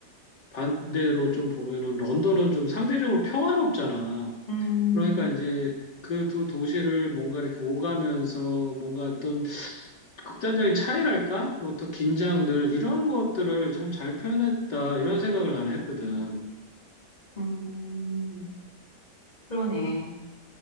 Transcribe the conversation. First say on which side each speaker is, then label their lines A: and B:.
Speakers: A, on the left (about 80°); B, on the left (about 20°).
A: 반대로 좀 보면은 런던은 좀 상대적으로 평화롭잖아.
B: 음,
A: 그러니까 이제 그 두 도시를 뭔가 이렇게 오가면서 뭔가 어떤 극단적인 차이랄까? 뭐 또 긴장들 이런 것들을 참 잘 표현했다 이런 생각을 나는 했거든.
B: 음, 그러네.